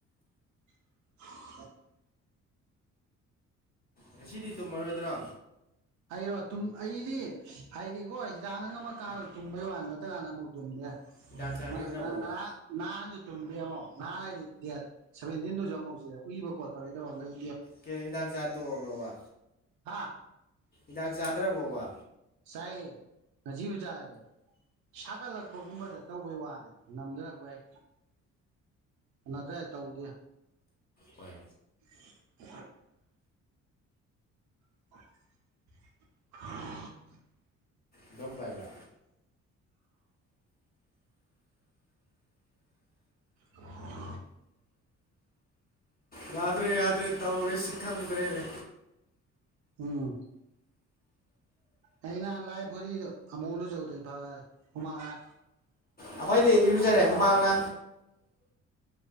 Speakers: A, on the right (about 70°); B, on the left (about 30°).
A: <inaudible>
B: ꯉꯁꯤꯗꯤ ꯇꯨꯝꯃꯔꯣꯏꯗ꯭ꯔꯣ
A: ꯍꯥꯏꯔꯣ ꯑꯩꯗꯤ ꯍꯥꯏꯗꯤꯀꯣ ꯍꯤꯗꯥꯛꯅ ꯉꯝꯃꯀꯥꯟꯗ ꯇꯨꯝꯕꯩ ꯋꯥ ꯅꯠꯇ꯭ꯔꯥꯅ ꯑꯃꯨꯛ ꯇꯨꯝꯗꯦ
B: ꯍꯤꯗꯥꯛ ꯆꯥꯈꯤꯗ꯭ꯔꯕꯣꯕ
A: ꯅꯍꯥꯟ ꯅꯍꯥꯟꯁꯨ ꯇꯨꯝꯗꯦ ꯑꯃꯣ ꯅꯍꯥꯟ ꯍꯥꯏꯗꯤ ꯗꯦꯠ ꯁꯚꯦꯟꯇꯤꯟꯗꯨꯁꯨ ꯑꯃꯨꯧꯁꯤꯗ ꯎꯕ ꯈꯣꯠꯄ ꯀꯩꯗꯧ ꯋꯥ ꯂꯩ
B: ꯀ ꯍꯤꯗ ꯆ ꯇ ꯑꯣꯏꯕ꯭ꯔꯣꯕꯥ
A: ꯍꯥ
B: ꯏꯥꯛ ꯆꯥꯗ꯭ꯔꯕꯨꯣ ꯋꯥ
A: ꯆꯥꯏꯌꯦ ꯉꯁꯤꯁꯨ ꯆꯥꯏꯔꯦ ꯁꯥꯒꯠꯂꯛꯄꯒꯨꯝꯕꯗ ꯇꯧꯕꯩ ꯋꯥꯅꯤ ꯅꯝꯊꯔꯛꯄꯩ ꯅꯠꯇ꯭ꯔ ꯇꯧꯗꯦ
B: ꯍꯣꯏ
A: <inaudible> <inaudible>
B: ꯝꯕꯥꯕ
A: ꯑ
B: ꯌꯥꯗ꯭ꯔꯦ ꯌꯥꯗ꯭ꯔꯦ ꯇꯧꯔꯦ ꯁꯤ ꯈꯪꯗ꯭ꯔꯦꯔ
A: ꯎꯝ ꯑꯩꯅꯍ ꯂꯥꯏ ꯐꯔꯤꯗꯣ ꯑꯃꯨꯂꯨ ꯌꯧꯗꯦꯔꯦ ꯍꯨꯃꯥꯡꯂ
B: ꯑꯩꯈꯣꯏꯗꯤ ꯏꯔꯨꯖꯔꯦ ꯃꯃꯥꯡꯅ